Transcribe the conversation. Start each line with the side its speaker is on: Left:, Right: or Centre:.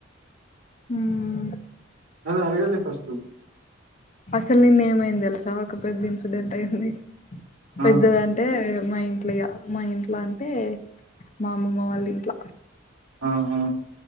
Left: ఉమ్
Right: అది అడగాలి ఫస్టు
Left: అసలు నిన్న ఏమైంది తెలుసా ఒక పెద్ద ఇన్సిడెంట్ అయింది పెద్దదం
Right: ఆ
Left: అంటే మా ఇంట్లో ఇగ మా ఇంట్లో అంటే మా అమ్మమ్మ వాళ్ళ ఇంట్ల
Right: అవునా